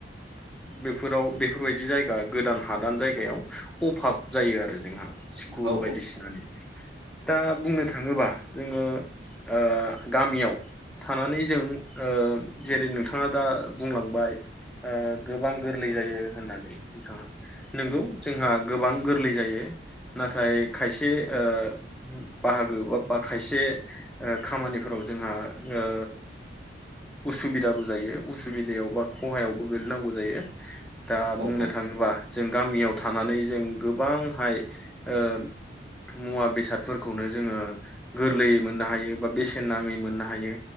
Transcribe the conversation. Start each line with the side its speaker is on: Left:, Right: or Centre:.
Centre: बेफोराव बेफोरबायदि जायगा गोदान हादान जायगायाव अभाब जायो आरो जोंहा स्कुल
Right: औ नंगौ औ
Centre: बायदिसिनानि दा बुंनो थाङोबा जोङो ओ गामियाव थानानै जों ओ जेरै नोंथाङा दा बुंलांबाय ओ गोबां गोरलै जायो होननानै नोंथाङा नोंगौ जोंहा गोबां गोरलै जायो नाथाय खायसे ओ बाहागो बा बा खायसे ओ खामानिफोराव जोंहा ओ उसुबिदाबो जायो उसुबिदायाव बा खहायावबो गोलैनांगौ जायो। दा
Right: औ
Centre: बुंनो थाङोबा जों गामियाव थानानै जों गोबांहाय ओ मुवा बेसादफोरखौनो जोङो गोरलैयै मोननो हायो बा बेसेन नाङै मोननो हायो